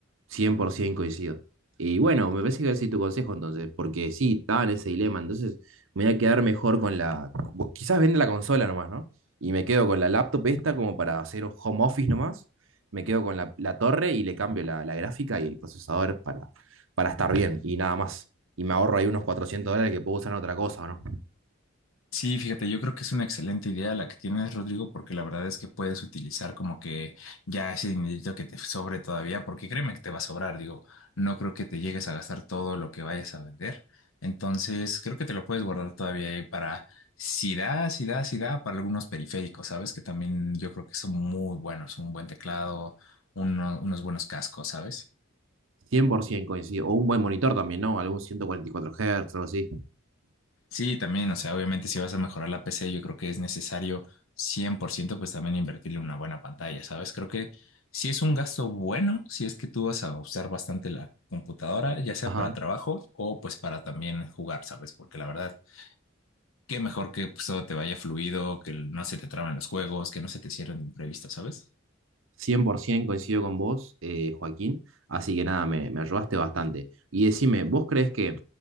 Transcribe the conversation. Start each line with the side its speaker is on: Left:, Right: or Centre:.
Right: 100% coincido. Y bueno, me parece que voy a seguir tu consejo entonces, porque sí, estaba en ese dilema, entonces me voy a quedar mejor con la... bu- Quizás vende la consola nomás, ¿no? Y me quedo con la laptop esta como para hacer home office nomás, me quedo con la, la torre y le cambio la, la gráfica y el procesador para, para estar bien y nada más. Y me ahorro ahí unos 400 dólares que puedo usar en otra cosa, ¿no?
Left: Sí, fíjate, yo creo que es una excelente idea la que tienes, Rodrigo, porque la verdad es que puedes utilizar como que ya ese dinerito que te sobre todavía, porque créeme que te va a sobrar, digo, no creo que te llegues a gastar todo lo que vayas a vender. Entonces, creo que te lo puedes guardar todavía ahí para si da, si da, si da, para algunos periféricos, ¿sabes? Que también yo creo que son muy buenos, un buen teclado, uno- unos buenos cascos, ¿sabes?
Right: 100% coincido. O un buen monitor también, ¿no? Algún 144 Hz o algo así.
Left: Sí, también, o sea, obviamente si vas a mejorar la PC, yo creo que es necesario 100%, pues también invertirle una buena pantalla, ¿sabes? Creo que sí es un gasto bueno, si es que tú vas a usar bastante la computadora, ya sea
Right: Ajá.
Left: para trabajo o pues para también jugar, ¿sabes? Porque la verdad, qué mejor que pues, todo te vaya fluido, que no se te traban los juegos, que no se te cierren de imprevisto, ¿sabes?
Right: 100% coincido con vos, eh, Joaquín. Así que nada, me, me ayudaste bastante. Y decime, ¿vos crees que,